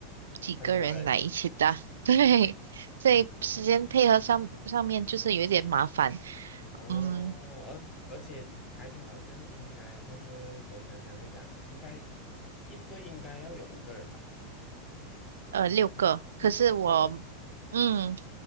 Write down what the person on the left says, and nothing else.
很多人
是，哦，
而而且排球好像应该就是给我想想一下啊，应该一队应该要有五个人吧？
六个